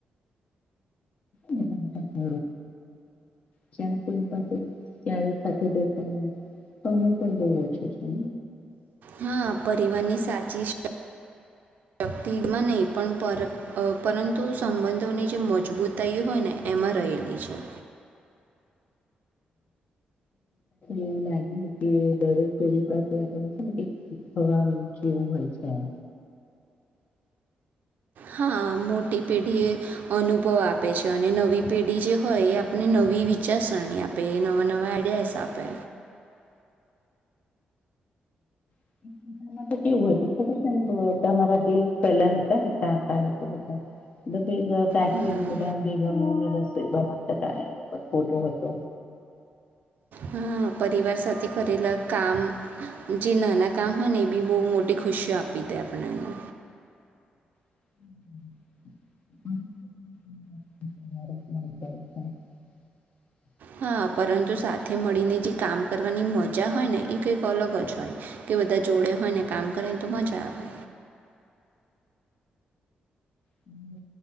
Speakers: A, on the left; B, on the right.
A: મોટા મોટા છે પણ કોઈની પાસે ક્યારે સાથે બેસ અમે પણ બહુ ઓછો છે.
B: હા પરિવાર ની સાચી <unintelligible>
A: <inaudible>
B: શક્તિમાં નહીં પણ પરઅ પરંતુ સંબંધોની જે મજબૂતાઈ હોય ને એમાં રહેલી છે.
A: <unintelligible> એ લાગ્યું કે દરેક પેઢી પાસે આપને છે ને શીખવાનું જેવું હોય. ચ્છા.
B: હા મોટી પેઢી એ અનુભવ આપે છે અને નવી પેઢી જે હોય એ આપને ન વી વિચારસરણી આપે એ નવા નવા આઈડિયાઝ આપે.
A: <unintelligible> <unintelligible> તો કેવુ હતુ ખબર છે <unintelligible> કાકા લોકો બધા <unintelligible> <unintelligible> કાકીને
B: હમ.
A: બધા ભેગા મલીને રસોઈ બનાવતા તા એનો પણ ફોટો હતો.
B: હા. હા પરિવાર સાથે કરેલા કામ, જે નાના કામ હોય ને એ બી બઉ મોટી ખુશીઓ આપ પી દે આપણને
A: <unintelligible> <inaudible>
B: હા, પરંતુ સાથે મળીને જે કામ કરવાની મજા હોય ને એ કંઈક અલગ જ હોય કે બધા જોડે હોય ને કામ કરે ને તો મજા આવે.
A: હમ.